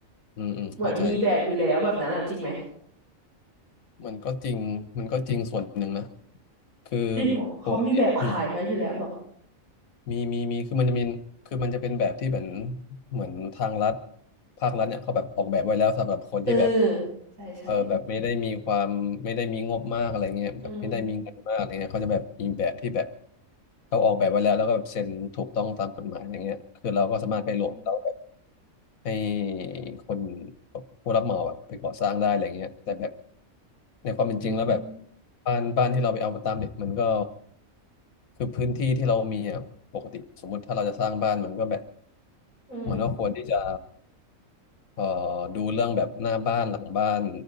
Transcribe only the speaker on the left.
อืมอืมเข้าใจ
มันก็จริงมันก็จริงส่วนหนึ่งนะคือ
ปกติอืมมีมีมีคือมันจะมีคือมันจะเป็นแบบที่เหมือนเหมือนทางรัฐภาครัฐเนี่ยเขาแบบออกแบบไว้แล้วสำหรับคนที่แบบ
เออแบบไม่ได้มีความไม่ได้มีงบมากอะไรเงี้ยแบบไม่ได้มีเงินมากอะไรเงี้ยเขาจะแบบมีแบบที่แบบ
เขาออกแบบไว้แล้วแล้วก็แบบเซ็นถูกต้องตามกฎหมายอย่างเงี้ยคือเราก็สามารถไปโหลดเราแบบ
ให้คนผู้รับเหมาแบบไปก่อสร้างได้อะไรเงี้ยแต่แบบในความเป็นจริงแล้วแบบ
บ้านบ้านที่เราไปเอาตามเด็กมันก็คือพื้นที่ที่เรามีอ่ะปกติสมมติถ้าเราจะสร้างบ้านมันก็แบบ
มันก็ควรที่จะ เอ่อดูเรื่องแบบหน้าบ้านหลังบ้าน